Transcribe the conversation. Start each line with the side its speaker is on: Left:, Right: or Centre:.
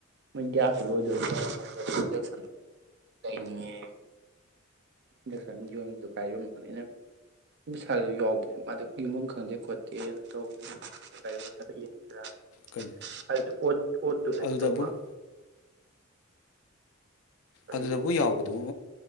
Right: ꯃꯣꯏ ꯒ꯭ꯌꯥꯁꯇꯨ ꯂꯣꯏꯗꯣꯏ ꯏꯟꯗꯛꯁꯟꯗꯣ ꯂꯩꯅꯤꯡꯉꯦ ꯑꯩꯅ ꯏꯟꯗꯛꯁꯟ ꯌꯣꯟꯕꯗꯣ ꯀꯥꯏ ꯌꯣꯟꯅ ꯈꯪꯗꯦ ꯑꯩꯅ ꯄꯁꯥꯗꯨ ꯌꯥꯎꯕꯅꯦ ꯃꯥꯗ ꯌꯣꯟꯐꯝ ꯈꯪꯗꯦ ꯈꯣꯠꯇꯦꯅ ꯇꯧꯕꯅꯦ ꯀꯔꯗ ꯌꯦꯡꯉꯨꯁꯤꯔ
Left: ꯀꯩꯅꯣ?
Right: ꯑꯩꯁꯨ ꯑꯣ ꯑꯣꯠꯇꯨ ꯂꯩꯒꯦ
Left: ꯑꯗꯨꯗꯕꯨ
Right: ꯇꯧꯕ꯫ ꯑꯗꯩ
Left: ꯑꯗꯨꯗꯕꯨ ꯌꯥꯎꯕꯗꯨꯕꯨ